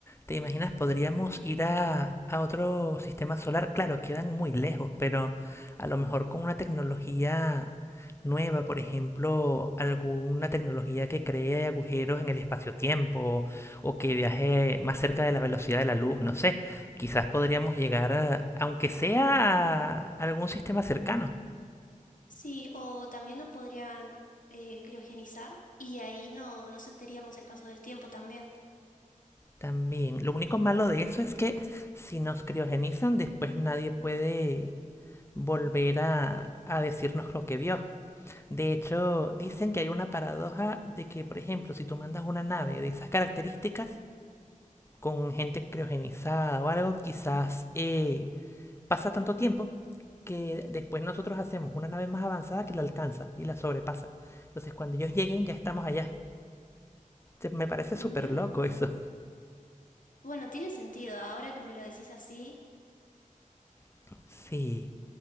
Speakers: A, on the left; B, on the left.
A: ¿Te imaginas? Podríamos ir a, a otro sistema solar. Claro, quedan muy lejos, pero a lo mejor con una tecnología nueva, por ejemplo, alguna tecnología que cree agujeros en el espacio-tiempo o que viaje más cerca de la velocidad de la luz, no sé. Quizás podríamos llegar a, aunque sea a algún sistema cercano.
B: Sí, o también nos podrían eh, criogenizar y ahí no, no sentiríamos el paso del tiempo también.
A: También, lo único malo de eso es que si nos criogenizan, después nadie puede volver a, a decirnos lo que vio. De hecho, dicen que hay una paradoja de que, por ejemplo, si tú mandas una nave de esas características con gente criogenizada o algo, quizás eh, pasa tanto tiempo que después nosotros hacemos una nave más avanzada que la alcanza y la sobrepasa. Entonces, cuando ellos lleguen, ya estamos allá. Se- Me parece
B: Mira,
A: súper loco eso.
B: bueno, tiene sentido, ahora que me lo decís así,
A: <laughs> Sí,